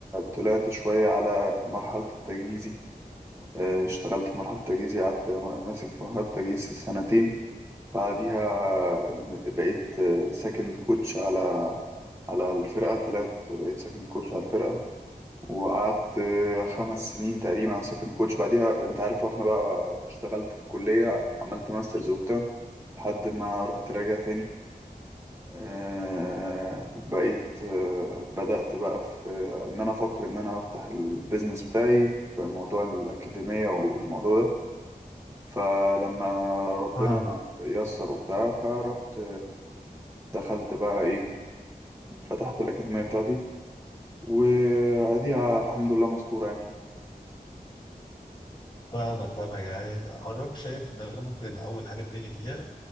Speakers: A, on the right; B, on the left.
A: طلعت شوية على مرحلة التجهيزي آه، اشتغلت في مرحلة التجهيزي قعدت مر- ماسك في مرحلة التجهيز سنتين بعديها بقيت سكند كوتش على على الفرقة طلعت بقيت سكند كوتش على الفرقة وقعدت آه، خمس سنين تقريبا انا سكند كوتش بعديها انت عارف رحنا بقى اشتغلت في الكلية عملت ماسترز وبتاع لحد ما رحت راجع تاني آه، بقيت آه، بدأت بقى في ان انا افكر ان انا افتح البيزنس بتاعي في موضوع الأكاديمية والموضوع ده فلما ربنا
B: فاهم
A: يسر وبتاع فرحت دخلت بقى ايه فتحت الأكاديمية بتاعتي وأديها الحمد لله مستورة يعني.
B: فاهمك فاهمك يعني ده حضرتك شايف ان انا ممكن اول حاجه ابتدي فيها